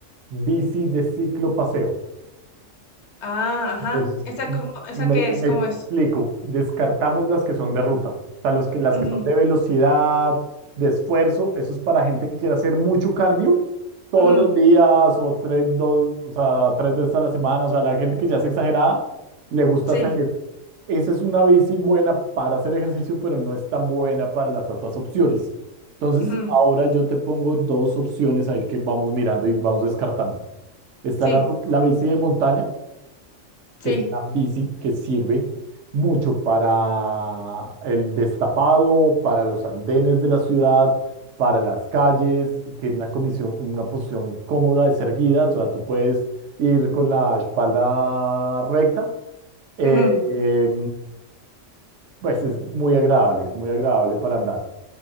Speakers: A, on the right (about 70°); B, on the left (about 65°).
A: bici de ciclo paseo.
B: Ah, ajá.
A: Entonces,
B: ¿Esa
A: mm,
B: cómo, esa
A: me,
B: qué es?
A: me
B: ¿Cómo
A: explico,
B: es?
A: descartamos las que son de ruta, o sea, los que, las
B: Ujú,
A: que son de velocidad, de esfuerzo, eso es para gente que quiera hacer mucho cardio todos
B: ujú.
A: los días o tres, dos, o sea, tres veces a la semana, o sea, la gente que ya es exagerada, le gusta
B: Sí.
A: hacer esa es una bici buena para hacer ejercicio, pero no es tan buena para las otras opciones. Entonces,
B: Ujú,
A: ahora yo te pongo dos opciones ahí que vamos mirando y vamos descartando. Está
B: Sí,
A: la, ru- la bici de montaña,
B: sí.
A: que es una bici que sirve mucho para el destapado, para los andenes de la ciudad, para las calles. Tiene una comisión, una posición cómoda, es erguida, o sea, tú puedes ir con la espalda recta. Eh,
B: ujú.
A: pues es muy agradable, es muy agradable para andar.